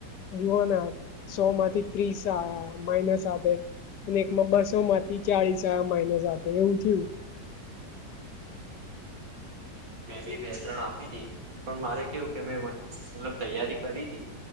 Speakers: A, on the left; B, on the right.
A: જુઓ ના સો માંથી ત્રીસ આ માઇનસ આપ અને એકમાં બસો માંથી ચાળસ માઇનસ એવું થયું
B: મેં બી બે તરણ આપી હતી પણ મારે કેવું કે મે મતલબ તૈયારી કરી હતી